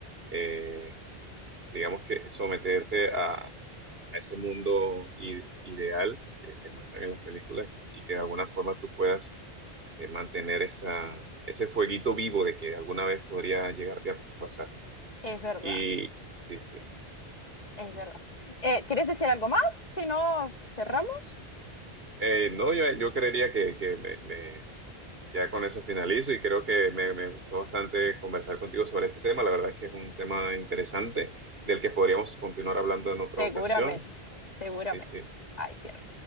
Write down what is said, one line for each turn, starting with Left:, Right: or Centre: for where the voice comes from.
Right: eh, digamos que someterte a, a ese mundo i- ideal que, que muestran en las películas y y que de alguna forma tú puedas eh, mantener esa, ese fueguito vivo de que alguna vez podría llegarte a pasar.
Left: Es verdad,
Right: Y sí, sí.
Left: es
Right: Ujú.
Left: verdad. Eh, ¿quieres decir algo más? Si no, cerramos.
Right: Eh, no, yo, yo creería que, que me, me- ya con eso finalizo y creo que me, me gustó bastante conversar contigo sobre este tema. La verdad es que es un tema interesante del que podríamos continuar hablando en otra
Left: Seguramente,
Right: ocasión.
Left: seguramente.
Right: Sí, sí.
Left: Ay, cierro.